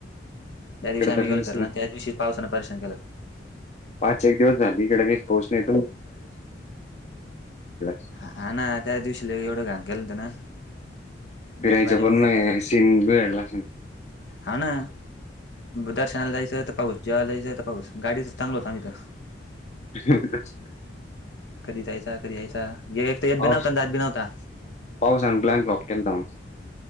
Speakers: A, on the left; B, on the left.
A: त्या
B: इकडं
A: दिवशी आमी
B: तर
A: गेलो
B: काहीच
A: फिरायला,
B: नाही.
A: आणि त्याचं दिवशी पावसांन परेशान केलं.
B: पाच एक दिवस झाली इकडे काहीचं पाऊस नाही <unintelligible>
A: हा ना त्या दिवशी लई एवढं घाण केलं न त्यानं.
B: फिरायच
A: नीट मजा बी
B: पूर्ण
A: नाही करता आली
B: सीन बिगडला असेन.
A: हा ना! दर्शनाला जायचंय त पाऊस, जेवायला जायचंय त पाऊस, गाडीतच चांगल होतो आमी त.
B: ह <unintelligible>
A: कधी जायचा, कधी यायचा, एक त येत
B: पाऊस
A: बी नवता जात बी नव्हता.
B: पावसान प्लॅन फ्लॉप केलता मग.